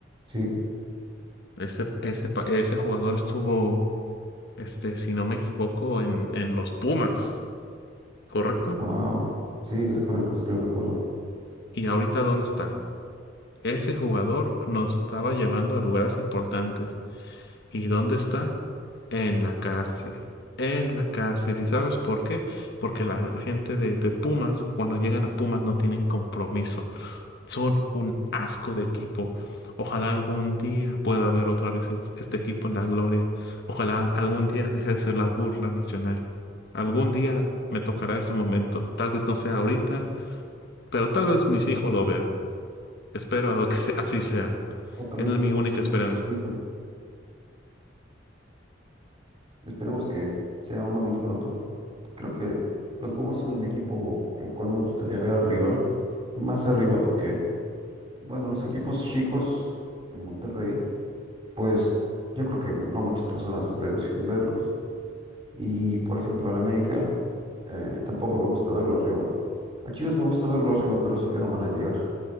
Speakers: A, on the right (about 30°); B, on the left (about 60°).
A: Sí,
B: Ese, ese, pa- ese jugador estuvo, este, si no me equivoco, en, en los Pumas, ¿correcto?
A: wow, sí, es correcto, sí lo recuerdo.
B: ¿Y ahorita dónde está? Ese jugador nos estaba llevando a lugares importantes. ¿Y dónde está? En la cárcel. En la cárcel. ¿Y sabes por qué? Porque la, la gente de, de Pumas, cuando llegan a Pumas, no tienen compromiso. Son un asco de equipo. Ojalá algún día pueda haber otra vez es- este equipo en la gloria. Ojalá algún día deje de ser la burla nacional. Algún día me tocará ese momento. Tal vez no sea ahorita, pero tal vez mis hijos lo vean. Espero que se- así sea.
A: O tal
B: Es
A: vez
B: mi
A: los
B: única
A: hijos
B: esperanza.
A: de tus hijos. Esperemos que sea un momento pronto. Creo que los Pumas son un equipo al cual me gustaría ver arriba, más arriba, porque Bueno, los equipos chicos de Monterrey, pues yo creo que no muchas personas les gustan verlos. Y por ejemplo, al América eh, tampoco me gusta verlo arriba. A Chivas me gusta verlo arriba, pero sé que no van a llegar.